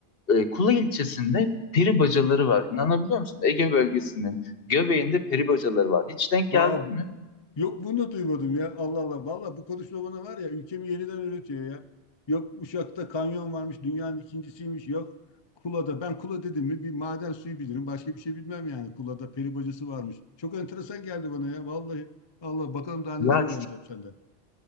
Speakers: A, on the left; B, on the left.
A: E, Kula ilçesinde peri bacaları var. İnanabiliyor musun? Ege bölgesinin göbeğinde peri bacaları var. Hiç denk
B: Aa,
A: geldin mi?
B: Yok bunu da duymadım ya. Allah Allah. Valla bu konuşma bana var ya ülkemi yeniden öğretiyor ya. Yok Uşak'ta kanyon varmış dünyanın ikincisiymiş. Yok Kula'da. Ben Kula dedim mi bir maden suyu bilirim. Başka bir şey bilmem yani. Kula'da peri bacası varmış. Çok enteresan geldi bana ya. Vallahi Allah bakalım daha
A: Ya
B: neler öğreneceğim senden.